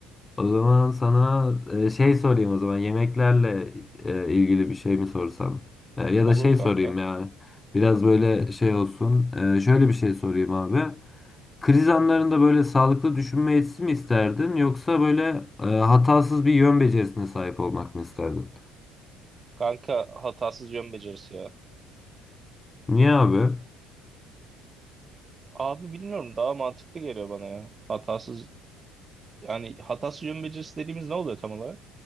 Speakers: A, on the left (about 20°); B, on the right (about 25°).
A: O zaman sana e, şey sorayım o zaman yemeklerle e, ilgili bir şey mi sorsam? E, Ya
B: Olur
A: da şey
B: kanka.
A: sorayım ya. Biraz böyle şey olsun. E, Şöyle bir şey sorayım abi. Kriz anlarında böyle sağlıklı düşünme yetisi mi isterdin yoksa böyle e, hatasız bir yön becerisine sahip olmak mı isterdin?
B: Kanka hatasız yön becerisi ya.
A: Niye abi?
B: Abi bilmiyorum daha mantıklı geliyor bana ya. Hatasız yani hatasız yön becerisi dediğimiz ne oluyor tam olarak?